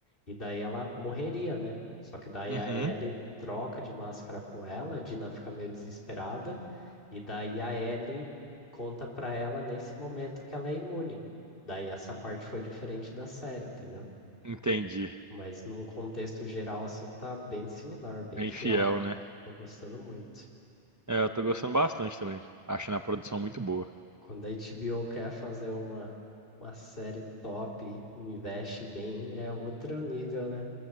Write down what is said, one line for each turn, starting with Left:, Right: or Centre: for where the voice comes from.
Left: e daí ela morreria, né? Só que daí
Right: Uhum,
Left: a Ellie troca de máscara com ela, a Dina fica meio desesperada, e daí a Ellie conta pra ela nesse momento que ela é imune. Daí essa parte foi diferente da série, entendeu?
Right: entendi.
Left: Mas num contexto geral, assim, tá bem similar, bem
Right: Bem
Left: fiel.
Right: fiel, né?
Left: Tô gostando muito.
Right: É, eu tô gostando bastante também. Achando a produção muito boa.
Left: Quando a HBO quer fazer uma, uma série top, investe bem, é outro nível, né?